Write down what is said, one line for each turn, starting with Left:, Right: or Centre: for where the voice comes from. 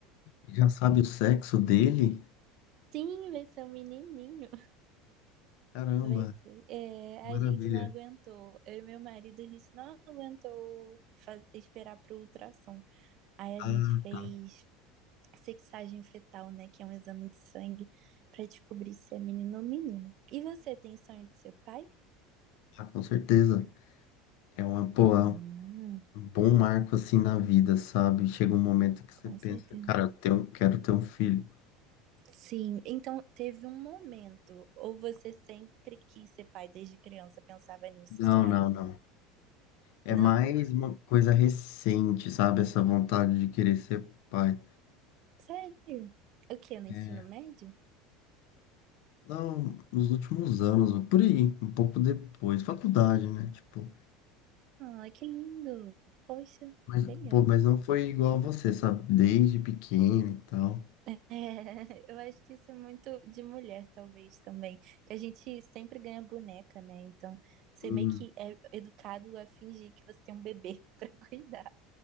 Left: Já sabe o sexo dele?
Right: Sim, vai ser um menininho.
Left: Caramba,
Right: Vai ser. É,
Left: que maravilha.
Right: a gente não aguentou. Eu e meu marido, a gente não aguentou faz- esperar pro ultrassom. Aí a
Left: Ah,
Right: gente fez sexagem fetal, né? Que é um exame de sangue para descobrir se é menino ou menina. E você tem sonho de seu pai?
Left: ah, com certeza. É uma, pô, é
Right: Hum,
Left: um bom marco assim na vida, sabe? Chega um momento que você
Right: com
Left: pensa,
Right: certeza.
Left: cara, eu tenho- quero ter um filho.
Right: Sim, então teve um momento, ou você sempre quis ser pai desde criança, pensava nisso
Left: Não,
Right: e sonhava
Left: não,
Right: com
Left: não.
Right: isso?
Left: É
Right: Não,
Left: mais uma coisa recente, sabe? Essa vontade de querer ser pai.
Right: sério? O quê? No ensino
Left: É,
Right: médio?
Left: Não, nos últimos anos, por aí, um pouco depois, faculdade, né? Tipo,
Right: Ai, que lindo! Poxa,
Left: mas,
Right: legal.
Left: pô, mas não foi igual a você, sabe? Desde pequeno e tal.
Right: É, <laughs> eu acho que isso é muito de mulher, talvez, também. Que a gente sempre ganha boneca, né? Então, você
Left: Hum,
Right: meio que é educado a fingir que você tem um bebê <laughs> pra cuidar.